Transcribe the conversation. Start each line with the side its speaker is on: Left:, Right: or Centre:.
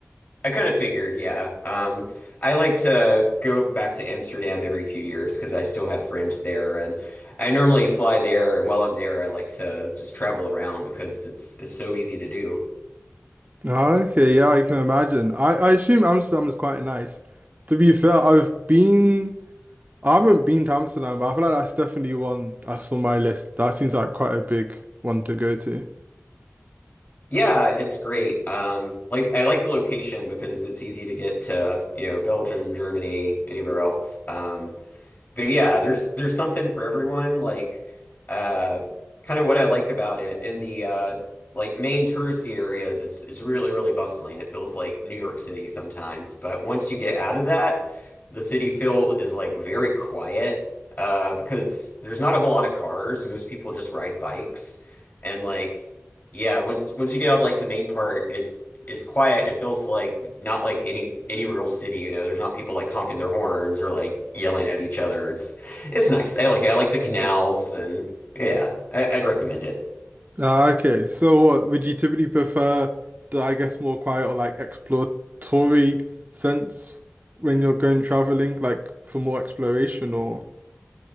Left: I kind of figured, yeah. Um, I like to go back to Amsterdam every few years because I still have friends there, and I normally fly there. And while I'm there, I like to just travel around because it's it's so easy to do.
Right: Ah, Okay, yeah, I can imagine. I, I assume Amsterdam is quite nice. To be fair, I've been. I haven't been to Amsterdam, but I feel like that's definitely one that's on my list. That seems like quite a big one to go to.
Left: Yeah, it's great. Um, like I like the location because it's easy to get to, you know, Belgium, Germany, anywhere else. Um, But yeah, there's there's something for everyone. Like uh kind of what I like about it in the uh like main touristy areas, it's it's really, really bustling. It feels like New York City sometimes. But once you get out of that, the city feel is like very quiet uh because there's not a whole lot of cars. Most people just ride bikes and like yeah, once once you get out of like the main part, it's it's quiet. It feels like not like any any real city, you know. There's not people like honking their horns or like yelling at each other. It's it's nice. I like it. I like the canals and yeah, I, I'd recommend it.
Right: Ah, okay, so what would you typically prefer the, I guess, more quiet or like exploratory sense when you're going traveling, like for more exploration or?